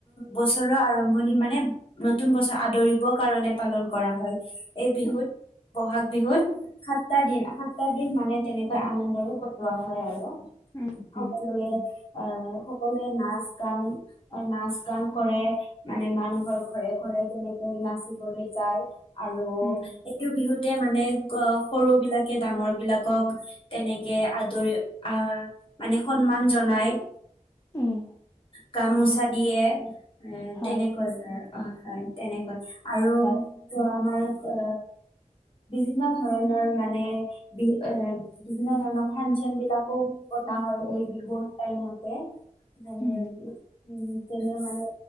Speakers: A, on the left (about 40°); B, on the left (about 20°).
A: বছৰৰ আৰম্ভণি মানে নতুন বছৰ আদৰিবৰ কাৰণে পালন কৰা হয়। এই বিহুত
B: উম।
A: ব'হাগ বিহুত সাতটা দিন সাতটা দিন মানে তেনেকৈ আনন্দৰে কটোৱা হয় আৰু।
B: উম,
A: সকলোৱে
B: উম,
A: আহ সকলোৱে নাচ, গান, নাচ-গান কৰে। মানে মানুহৰ ঘৰে ঘৰে তেনেকৈ নাচিবলৈ যায়। আৰু
B: উম।
A: এইটো বিহুতে মানে সৰু বিলাকে ডাঙৰ বিলাকক তেনেকে আদৰি আহ মানে সন্মান জনায়।
B: উম।
A: গামোচা দিয়ে, এ
B: হয়।
A: তেনেকৈ অ হয়, তেনেকৈ আৰু
B: হয়
A: ত আমাৰ অ বিভিন্ন ধৰণৰ মানে বিহু এ বিভিন্ন ধৰণৰ ফানচোন বিলাকো পতা হয় এই বিহুৰ টাইমতে। যেনে
B: উম,
A: উ তেনে মানে